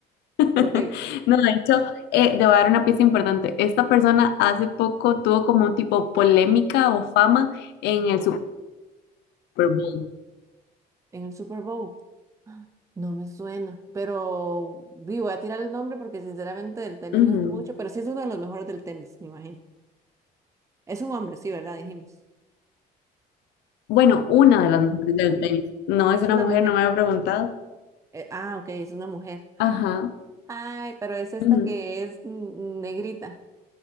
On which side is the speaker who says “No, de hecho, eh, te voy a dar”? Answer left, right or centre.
Left